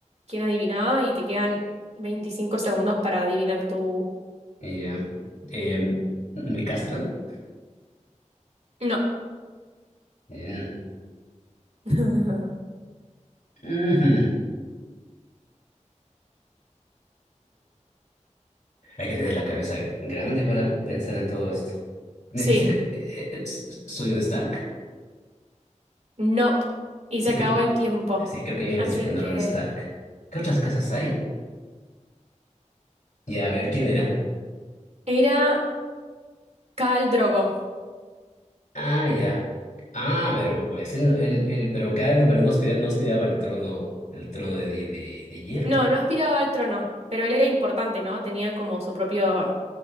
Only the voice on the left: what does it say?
Y, eh, eh, ¿me castran?
Mm.
Ujú. Hay que tener la cabeza grande para pensar en todo esto. ¿Me
dijiste que eh, eh, s- soy un Stark?
Sí,
creo,
sí, creo que ya habías
dicho que no
era un Stark. ¿Qué otras casas hay? Ya, a ver, ¿quién era?
Ah, ya. Ah, pero pues él, él, él- pero claro, pero no aspira- no aspiraba al trono, el trono de, de, de- de hierro.